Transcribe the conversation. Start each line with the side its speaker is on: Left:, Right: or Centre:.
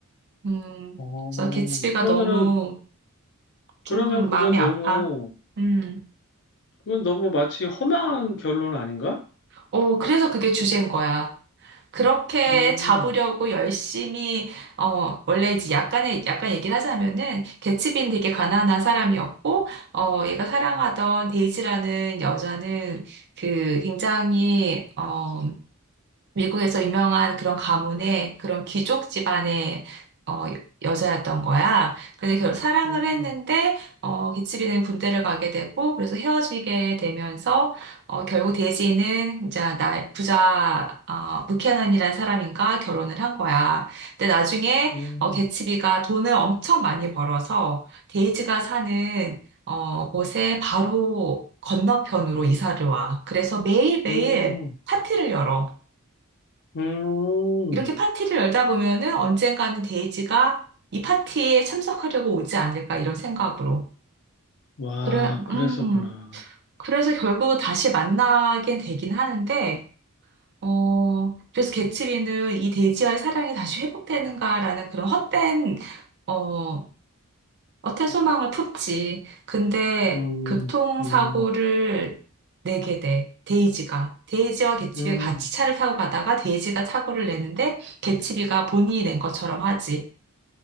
Right: 음,
Left: 어,
Right: 그래서 개츠비가
Left: 그러면은,
Right: 너무 좀
Left: 그러면 그건
Right: 마음이
Left: 너무,
Right: 아파. 음,
Left: 그건 너무 마치 험한 결론 아닌가?
Right: 어, 그래서 그게 주제인 거야. 그렇게
Left: 음,
Right: 잡으려고 열심히 어 원래 이제 약간의 약간 얘기를 하자면은 개츠빈 되게 가난한 사람이었고 어 얘가 사랑하던 데이지라는 여자는 그 굉장히 어, 미국에서 유명한 그런 가문의 그런 귀족 집안의 어, 여자였던 거야. 근데 결국 사랑을
Left: 음,
Right: 했는데 어, 기치비는 군대를 가게 되고 그래서 헤어지게 되면서 어, 결국 데이지는 이제 나 부자 어, 부캐넌이라는 사람인가 결혼을 한 거야. 근데 나중에
Left: 음,
Right: 어, 개츠비가 돈을 엄청 많이 벌어서 데이지가 사는 어, 곳에 바로 건너편으로 이사를 와. 그래서 매일매일
Left: 음,
Right: 파티를 열어.
Left: 음.
Right: 이렇게 파티를 열다 보면은 언젠가는 데이지가 이 파티에 참석하려고 오지 않을까 이런 생각으로.
Left: 와,
Right: 그래,
Left: 그랬었구나.
Right: 음. 그래서 결국은 다시 만나게 되긴 하는데, 어, 그래서 개츠비는 이 데이지와의 사랑이 다시 회복되는가라는 그런 헛된, 어, 헛된 소망을 품지. 근데
Left: 음,
Right: 교통사고를
Left: 음,
Right: 내게 돼. 데이지가. 데이지와 개츠비가
Left: 음,
Right: 같이 차를 타고 가다가 데이지가 사고를 내는데 개츠비가 본인이 낸 것처럼 하지.